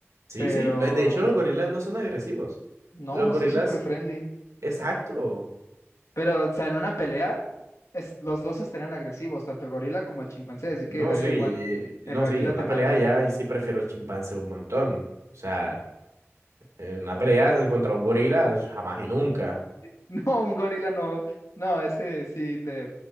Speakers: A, on the right; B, on the left.
A: Sí,
B: Pero
A: sí. eh, De hecho, los gorilas no son agresivos.
B: no,
A: Los gorilas,
B: son súper friendly.
A: exacto.
B: Pero, o sea, en una pelea, es- los dos estarían agresivos, tanto el gorila como el chimpancé, así que
A: No,
B: daría
A: sí, y-
B: igual. El
A: y- no,
B: gorila
A: sí, en una
B: te mata.
A: pelea ya, y sí prefiero el chimpancé un montón. O sea, en una pelea contra un gorila, jamás y nunca.
B: <laughs> No, un gorila no. No, ese sí te,